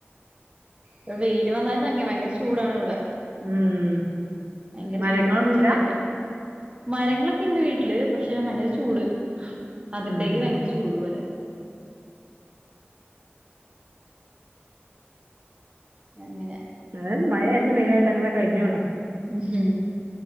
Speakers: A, on the right; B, on the right.
A: ഇവിടെ വെയില് വന്നാലും <unintelligible> ഭയങ്കര ചൂടാണ് ഇവിടെ
B: ഉം ഉം
A: ഭയങ്കര
B: മരങ്ങളൊന്നുല്ല
A: ചൂട് ഉച്ചക്കൊക്കെ മരങ്ങളൊക്കെ ഉണ്ട് വീട്ടില്, പക്ഷെ ഭയങ്കര ചൂട്. അകത്തേക്ക്
B: ഉം
A: ഭയങ്കര ചൂട് പോലെ. അങ്ങനെ
B: <unintelligible> മഴ ആയിട്ട ട്ടും വെയിലായിട്ടും അങ്ങനെ കഴിഞ്ഞോണ്.
A: ഉം